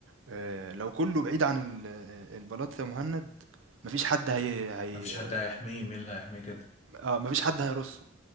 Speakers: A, on the right; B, on the left.
A: آه، لو كله بعيد عن ال- آه، البلاط يا مهند مفيش حد هي هي
B: مفيش حد هيحميه مين اللي هيحميه كده
A: اه مفيش حد هيرصه